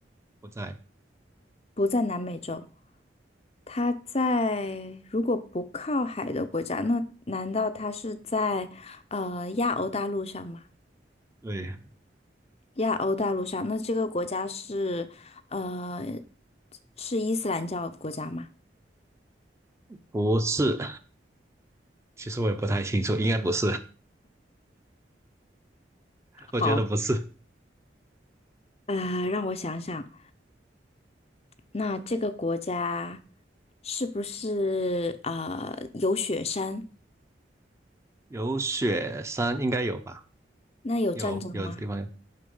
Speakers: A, on the right; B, on the left.
A: 不在，
B: 不在南美洲，它在如果不靠海的国家，那难道它是在呃亚欧大陆上吗？
A: 对，
B: 亚欧大陆上，那这个国家是呃是伊斯兰教国家吗？
A: 不是。其实我也不太清楚，应该不是，我觉得不是。
B: 好，呃，让我想想，那这个国家是不是呃有雪山？
A: 有雪山应该有吧？
B: 那有战争吗？
A: 有有地方有